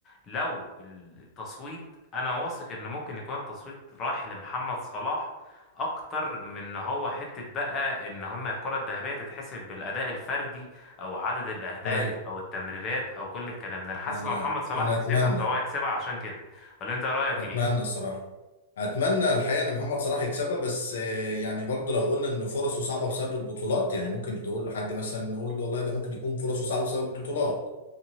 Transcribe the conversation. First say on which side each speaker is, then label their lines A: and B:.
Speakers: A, on the left (about 20°); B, on the left (about 80°).
A: لو التصويت انا واثق ان ممكن يكون التصويت رايح لمحمد صلاح اكتر من ان هو حتة بقى ان هما الكرة الذهبية تتحسب بالاداء الفردي او عدد الاهداف
B: اي
A: او التمريرات او كل الكلام ده انا حاسس
B: انا
A: لو محمد صلاح
B: انا
A: كسبها
B: اتمنى
A: فهو هيكسبها عشان كده ولا انت رايك
B: اتمنى
A: ايه
B: الصراحه اتمنى الحقيقه ان محمد صلاح يكسبها بس آه، يعني برضو لو قلنا ان فرصه صعبه بسبب البطولات يعني ممكن تقول لحد مثلا نقول له والله ده ممكن يكون فرصه صعبه بسبب البطولات